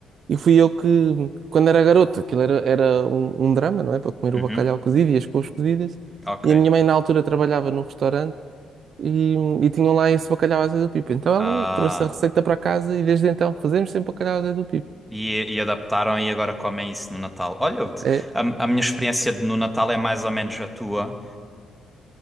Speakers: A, on the right; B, in the centre.
A: E fui eu que, quando era garota, aquilo era, era um, um drama, não é? Para comer
B: Uhum.
A: o bacalhau cozido e as couves cozidas.
B: Ok.
A: E a minha mãe, na altura, trabalhava num restaurante e, e tinham lá esse bacalhau à Zé do Pipo. Então ela
B: Ah.
A: trouxe a receita para casa e desde então fazemos sempre bacalhau à Zé do Pipo.
B: E, e adaptaram e agora comem isso no Natal. Olha, eu te-
A: É,
B: a, a minha experiência de- no Natal é mais ou menos a tua.